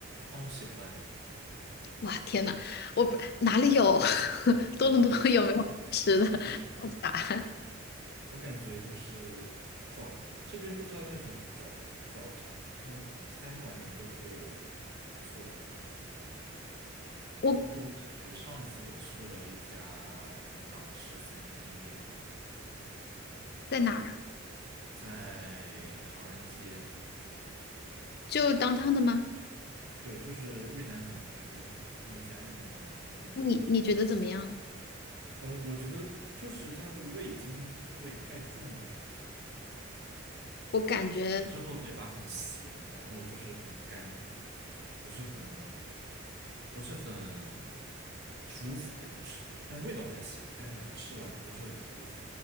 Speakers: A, on the right (about 55°); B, on the left (about 50°).
A: 哦，我喜欢，
B: 哇，天呐，我不哪里有 <laughs> 多伦多有没有吃的
A: 我知道，
B: <laughs> 好傻，
A: 我感觉就是早这边不知道那种早早茶那种餐馆里会不会有做。
B: 我
A: 不过我感觉上一次我去了一家港式餐厅店，
B: 在哪儿啊？
A: 在唐人街，
B: 就当 o 的吗？
A: 对，就是越南粉的旁边，那一家越南粉的旁边。
B: 那你你觉得怎么样？
A: 呃，我觉得就是它的味精味太重了，
B: 我感觉
A: 之后嘴巴很咸，然后就是很干，不是很不是很舒服，感觉吃，但味道还行，但是感觉吃完了不是很舒服。